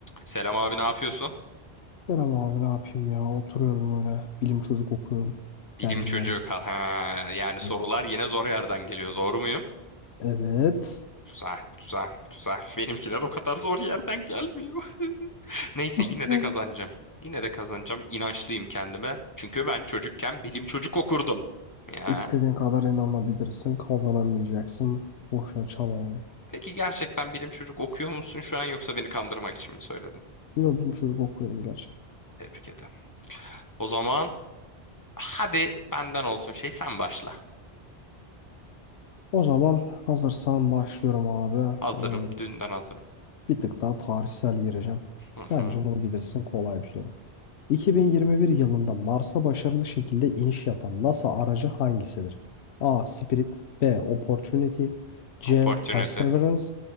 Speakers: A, on the left; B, on the left.
A: Selam abi ne yapıyorsun?
B: Selam abi ne yapayım ya oturuyordum öyle bilim çocuk okuyordum
A: Bilim
B: dergi
A: çocuk.
B: mergi.
A: Ha, ha. Yani sorular
B: Evet.
A: yine zor yerden geliyor. Doğru muyum?
B: Evet.
A: Güzel, güzel, güzel. Benimkiler o kadar zor yerden gelmiyor. <laughs> Neyse yine
B: Hı.
A: de kazanacağım. Yine de kazanacağım. İnançlıyım kendime. Çünkü ben çocukken bilim çocuk okurdum. Ya.
B: İstediğin kadar inanabilirsin kazanamayacaksın boşuna çabalama.
A: Peki gerçekten bilim çocuk okuyor musun şu an yoksa beni kandırmak için mi söyledin?
B: Yo, bilim çocuk okuyordum gerçekten.
A: Tebrik ederim. O zaman hadi benden olsun şey sen başla.
B: O zaman hazırsan başlıyorum abi.
A: Hazırım.
B: Ee,
A: Dünden hazırım.
B: bir tık daha tarihsel gireceğim.
A: Hı hı.
B: Bence bunu bilirsin kolay bir soru. 2021 yılında Mars'a başarılı şekilde iniş yapan NASA aracı hangisidir? A. Spirit B. Opportunity C.
A: Opportunity.
B: Perseverance